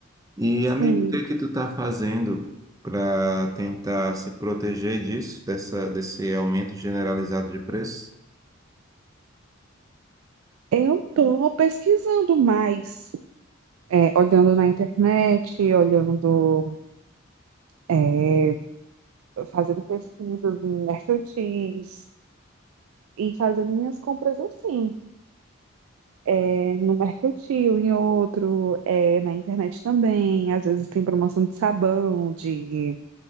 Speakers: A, on the right; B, on the right.
A: E,
B: Sim,
A: amigo, o que que tu tá fazendo para tentar se proteger disso, dessa, desse aumento generalizado de preços?
B: eu tô pesquisando mais, é, olhando na internet, olhando é, fazendo pesquisas em mercantis e fazendo minhas compras assim. É, no mercantil, em outro, é, na internet também. Às vezes tem promoção de sabão, de